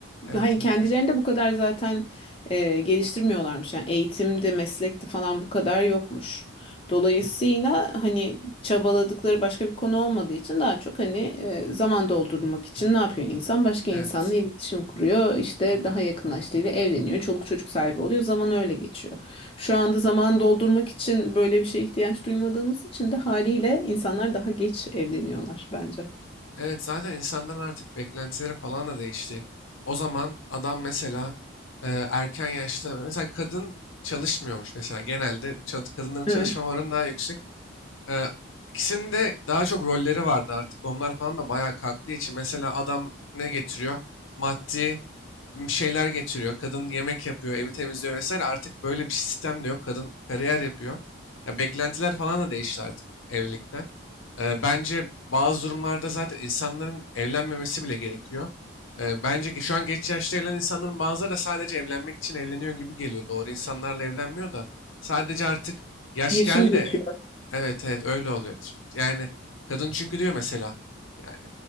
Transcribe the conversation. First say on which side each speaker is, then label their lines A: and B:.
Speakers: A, on the left; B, on the left.
A: evet,
B: hani
A: evet,
B: kendilerini de bu kadar zaten e, geliştirmiyorlarmış. Yani eğitimde, meslekte falan bu kadar yokmuş. Dolayısıyla hani çabaladıkları başka bir konu olmadığı için daha çok hani e, zaman doldurmak için ne yapıyor insan? Başka
A: evet.
B: insanla iletişim kuruyor. işte daha yakınlaştığıyla evleniyor. Çoluk çocuk sahibi oluyor. Zaman öyle geçiyor. Şu anda zaman doldurmak için böyle bir şeye ihtiyaç duymadığımız için de haliyle insanlar daha geç evleniyorlar bence.
A: Evet zaten insanların artık beklentileri falan da değişti. O zaman adam mesela e, erken yaşta, mesela kadın çalışmıyormuş mesela genelde. Çal- kadınların çalışma
B: Evet.
A: oranı daha yüksek. Ee, ikisinin daha çok rolleri vardı artık. Onlar falan da bayağı kalktığı için mesela adam ne getiriyor? Maddi bir şeyler getiriyor. Kadın yemek yapıyor, evi temizliyor vesaire. Artık böyle bir sistem de yok. Kadın kariyer yapıyor. Ya beklentiler falan da değişti artık evlilikten. Ee, bence bazı durumlarda zaten insanların evlenmemesi bile gerekiyor. Ee, bence ki şu an geç yaşta evlenen insanların bazıları da sadece evlenmek için evleniyor gibi geliyor. Doğru insanlarla evlenmiyor da sadece artık yaş
B: Yaşım
A: geldi.
B: geçiyor.
A: Evet evet öyle oluyor. Yani kadın çünkü diyor mesela yani.